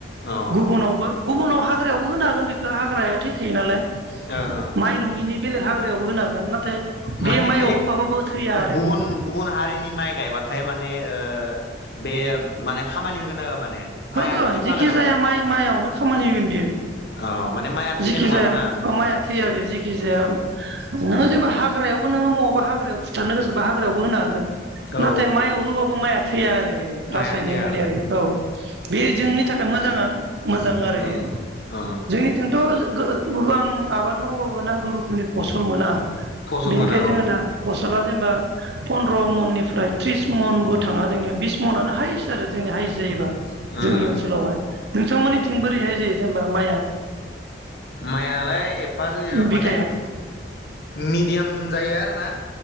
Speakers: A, on the left; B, on the right.
A: औ
B: गुबुनावबो गुबुनाव हा ग्रायावबो होनो हागोन बेखौ हाग्राया थैखायो नालाय।
A: ओ ओ
B: माइ नङिनि बेलेग हाग् यावबो होनो हागोन नाथाय- बे
A: माने
B: माइयाव
A: बेलेग
B: होफाबाबो थैया आरो
A: गुबुन
B: बियो
A: गुबुन हारिनि माइ गायबा थाय माने ओ बे माने- खामानि होगोन ना होआ माने माइआबो
B: होगोन
A: थैफागोन
B: जेखि
A: नामा
B: जाया माइ माइआवनो खामानि होगोन बियो
A: औ माने माइआ थैनाय
B: जेखि
A: नङा
B: जाया
A: आरोना
B: माइआ थैया बे जेखि जाया- नोङो जेबो हाग्रायावबो नोङो मोवबा हाग्रायाव फुथारनो गोसोबा हाग्रायावबो होनो हागोन।
A: औ
B: नाथाय माय होबाबो माइ थैया आरो <unintelligible>
A: माइआ
B: रासायनिक
A: थैया
B: मुलियारि औ बे
A: ओ
B: जोंनि थाखाय मोजा <unintelligible> मोजां आरो बेयो
A: ओ ओ
B: जोंनिथिंथ गो गोबां आबाद मावबाबो नांगौ रोखोमनि फसल मोना।
A: फसल
B: बेनिखायनो
A: मोना औ
B: जोङो दा फसला- जेनेबा पन्द्र मननिफ्राय त्रिस मनबो थाङा जोंनिया बिस मनानो हाइेस्ट आरो जोंनिया हाइेस्ट जायोबा।
A: उम
B: जोंनि ओनसोलावहाय । थांमोननिथिं बोरैहाय जायो जेनेबा माइया?
A: माइआलाय एफा जायो
B: बिगायाव
A: माने मिडियाम जायो आरो फाना